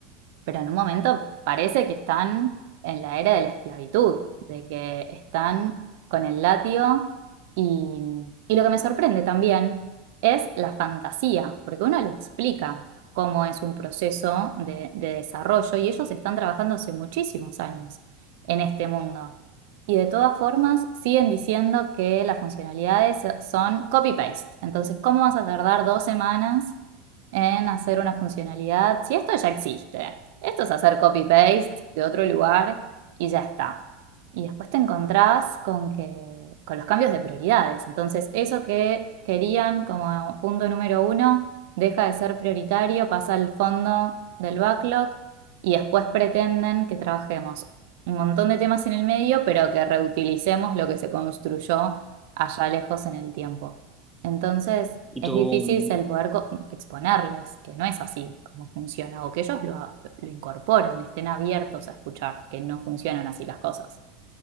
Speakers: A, on the right; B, in the centre.
A: pero en un momento parece que están en la era de la esclavitud, de que están con el látigo y, y lo que me sorprende también es la fantasía, porque uno le explica cómo es un proceso de, de desarrollo y ellos están trabajando hace muchísimos años en este mundo. Y de todas formas siguen diciendo que las funcionalidades son copy-paste. Entonces, ¿cómo vas a tardar dos semanas? en hacer una funcionalidad, si esto ya existe. Esto es hacer copy-paste de otro lugar y ya está. Y después te encontrás con que, con los cambios de prioridades. Entonces, eso que querían como punto número uno deja de ser prioritario, pasa al fondo del backlog y después pretenden que trabajemos un montón de temas en el medio, pero que reutilicemos lo que se construyó allá lejos en el tiempo. Entonces
B: Y
A: es
B: tú,
A: difícil
B: mm,
A: el poder co- exponerles que no es así como funciona o que ellos lo, lo incorporen, estén abiertos a escuchar que no funcionan así las cosas.